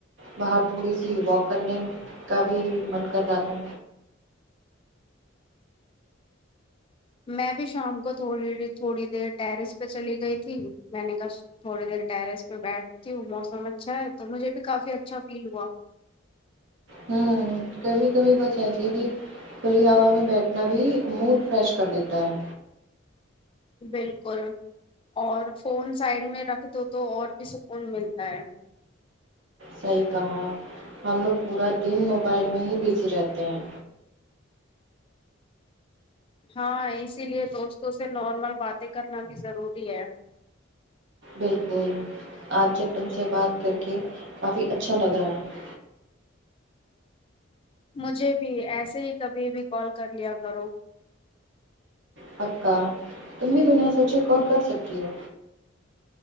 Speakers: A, on the right; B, on the left.
A: باہر تھوڑی سی واک کرنے کا بھی من کر رہا تھا
B: میں بھی شام کو تھوڑی تھوڑی دیر ٹیرس پہ چلی گئی تھی میں نے کہ تھوڑی دیر ٹیرس پہ بیٹھتی ہوں موسم اچھا ہے تو مجھے بھی کافی اچھا فیل ہوا
A: ہوں کبھی کبھی بس ایسے بھی کھلی ہوا میں بیٹھنا بھی موڈ فریش کر دیتا ہے
B: بالکل اور فون سائڈ میں رکھ دو تو اور بھی سکون ملتا ہے
A: صحیح کہا ہم لوگ پورا دن موبائل میں ہی بزی رہتے ہیں
B: ہاں اسی لیے دوستوں سے نارمل باتیں کرنا بھی ضروری ہے
A: بالکل آج جب تم سے بات کر کے کافی اچھا لگ رہا ہے
B: مجھے بھی ایسے ہی کبھی بھی کال کر لیا کرو
A: پکا تم بھی بنا سوچے کال کر سکتی ہو